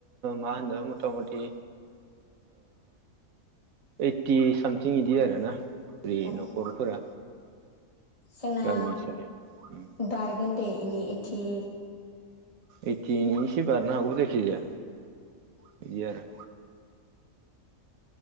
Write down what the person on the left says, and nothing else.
अ
जोंना
बारगोनदे इनि इथि